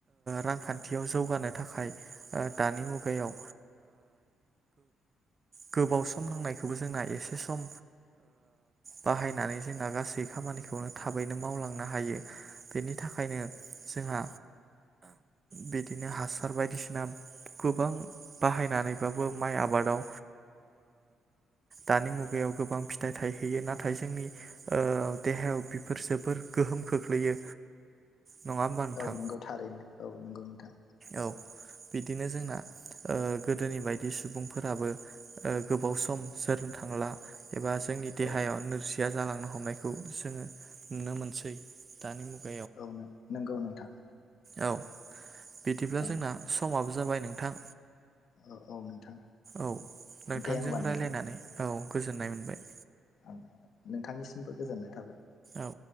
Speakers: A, on the right; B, on the left.
A: रांखान्थियाव जौगानो थाखाय दानि मुगायाव गोबाव सम नांनायखौबो जोंना एसे सम बाहायनानै जोंना गासै खामानिखौनो थाबैनो मावलांनो हायो बेनि बिनि थाखायनो जोंहा बिदिनो हासार बायदिसिना गोबां बाहायनानैबाबो माइ आबादाव दानि मुगायाव गोबां फिथाइ थायहैयो नाथाय जोंनि देहायाव बेफोर जोबोर गोहोम खोख्लैयो नङा होमबा नोंथां
B: औ नंगौ थारैनो औ नंगौ न थां
A: औ बिदिनो जोंना गोदोनि बायदि सुबुंफोराबो गोबाव सम जोरनो थांला एबा जोंनि देहायाव
B: औ
A: नोरजिया जालां हमनायखौ जोङो नुनो मोनसै दानि मुगायाव
B: औ नंगौ नोंथां
A: औ बिदिब्ला
B: औ
A: जोंना समाबो जाबाय नोंथां
B: औ औ नोंथां
A: औ नोंथांजों
B: दे होमबा नोंथां
A: रायलायनानै औ गोजोननाय मोनबाय
B: आं नोंथांनिसिमबो गोजोननाय थाबाय
A: औ